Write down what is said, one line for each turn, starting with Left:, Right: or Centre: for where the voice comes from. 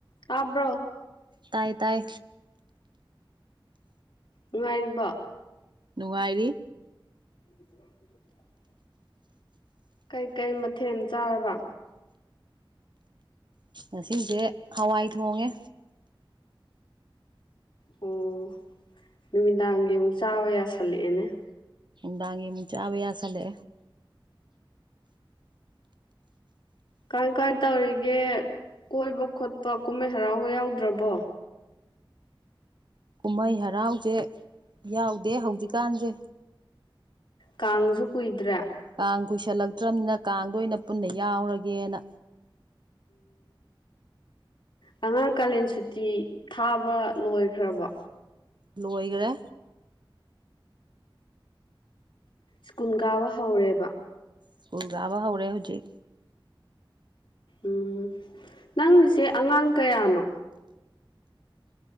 Left: ꯇꯥꯕ꯭ꯔꯣ
Right: ꯇꯥꯏ ꯇꯥꯏ
Left: ꯉꯅꯨꯡꯉꯥꯏꯔꯤꯕ
Right: ꯉꯥꯏꯔꯤ
Left: ꯎ ꯀꯩꯀꯩ ꯃꯊꯦꯜ ꯆꯥꯔꯕ
Right: ꯉꯁꯦ ꯍꯋꯥꯏ ꯊꯣꯡꯉꯦ
Left: ꯑꯣ ꯅꯨꯃꯤꯗꯥꯡꯒꯤ ꯑꯃꯨꯛ ꯆꯥꯕ ꯌꯥꯁꯜꯂꯛꯑꯦꯅꯦ
Right: ꯟꯗꯥꯒꯤ ꯃ ꯆꯥꯕꯦꯌꯥ ꯁꯂꯦ
Left: ꯀꯥꯏ ꯀꯥꯏ ꯇꯧꯔꯤꯒꯦ ꯀꯣꯏꯕ ꯈꯣꯠꯄ ꯀꯨꯝꯍꯩ ꯍꯔꯥꯎꯕ ꯌꯥꯎꯗ꯭ꯔꯕꯣ
Right: ꯀꯨꯝꯍꯩ ꯍꯔꯥꯎꯁꯦ ꯌꯥꯎꯗꯦ ꯍꯧꯖꯤꯛꯀꯥꯟꯁꯦ
Left: ꯀꯥꯡꯁꯨ ꯀꯨꯏꯗ꯭ꯔꯦ
Right: ꯀꯥꯡ ꯀꯨꯏꯁꯜꯂꯛꯇ꯭ꯔꯕꯅꯤꯅ ꯀꯥꯡꯗ ꯑꯣꯏꯅ ꯄꯨꯟꯅ ꯌꯥꯎꯔꯒꯦꯅ
Left: ꯑꯣ ꯑꯉꯥꯡ ꯀꯥꯂꯦꯟ ꯁꯨꯇꯤ ꯊꯥꯕ ꯂꯣꯏꯈ꯭ꯔꯕꯣ
Right: ꯂꯣꯏꯈ꯭ꯔꯦ
Left: ꯁ꯭ꯀꯨꯜ ꯀꯥꯕ ꯍꯧꯔꯦꯕ
Right: ꯁꯀꯨꯜꯒꯥꯕ ꯍꯧꯔꯦ ꯍꯧꯖꯤꯛ
Left: ꯎꯝ ꯅꯪꯒꯤꯁꯦ ꯑꯉꯥꯡ ꯀꯌꯥꯅꯣ